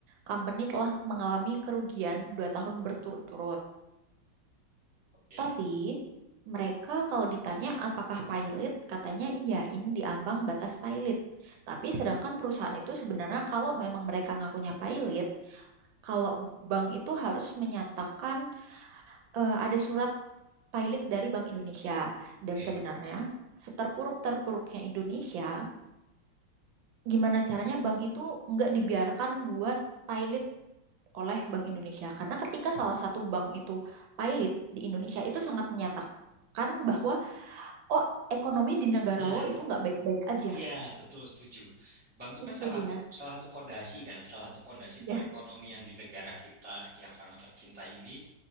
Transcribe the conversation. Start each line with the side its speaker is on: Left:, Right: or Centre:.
Right: company telah mengalami kerugian dua tahun berturut-turut
Centre: Oke.
Right: Tapi mereka kalau ditanya apakah pilot, katanya iya, ini di ambang batas pilot. Tapi sedangkan perusahaan itu sebenarnya kalau memang mereka ngakunya pilot, kalau bank itu harus menyatakan eh, ada surat pilot dari Bank Indonesia. Dan
Centre: Oke.
Right: sebenarnya seterpuruk-terpuruknya Indonesia, gimana caranya bank itu nggak dibiarkan buat pilot oleh Bank Indonesia. Karena ketika salah satu bank itu pilot di Indonesia itu sangat menyatakan bahwa oh ekonomi di negara
Centre: Nah,
Right: lo itu nggak baik-baik aja
Centre: Iya, betul setuju. Bank itu
Right: itu
Centre: kan salah
Right: dia
Centre: satu salah satu pondasi kan, salah satu pondasi perekonomian
Right: ya
Centre: di negara kita yang sangat tercinta ini.